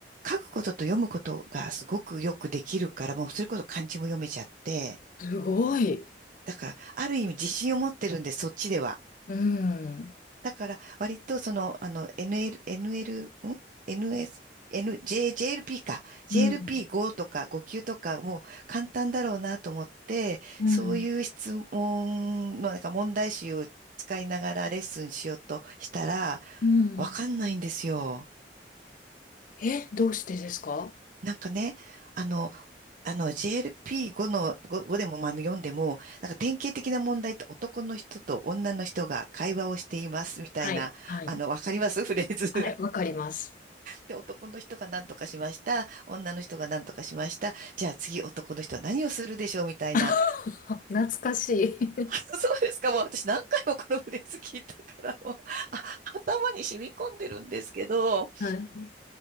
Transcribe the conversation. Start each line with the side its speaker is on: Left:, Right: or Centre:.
Right: 書くことと読むことがすごくよくできるから、もうそれこそ漢字も読めちゃって、
Left: すごい。
Right: だから、ある意味自信を持ってるんで、そっちでは。
Left: うん、
Right: だから、割とその、あの、NL、NL、ん ?NS、N、J、JLP か。JLP5
Left: うん、
Right: とか5級とかもう簡単だろうなと思って、
Left: うん、
Right: そういう質問の、なんか問題集を使いながらレッスンしようとしたら、
Left: うん。
Right: わかんないんですよ。
Left: え、どうしてですか
Right: なんかね、あの、あの JLP5 の、5、5でもまあ読んでも、なんか典型的な問題って男の人と女の人が会話をしていますみたいな、
Left: はい、はい。
Right: あの、わかりますフレーズ。
Left: はい、わかります。
Right: で、男の人が何とかしました。女の人が何とかしました。じゃあ次男の人は何をするでしょうみたいな。
Left: <laughs> 懐かしい。
Right: <laughs> そうですか。もう私何回もこのフレーズ聞いたから、もう、あ、頭に染み込んでるんですけど、
Left: <laughs> はい。